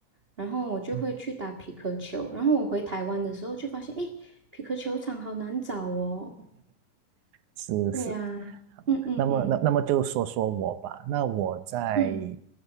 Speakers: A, on the right (about 45°); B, on the right (about 75°).
A: 然后我就会去打匹克球，
B: <laughs> 嗯
A: 然后我回台湾的时候就发现，诶，匹克球场好难找哦。
B: 是是，
A: 对呀，嗯嗯嗯
B: 那么，那那么就说说我吧。那我在
A: 嗯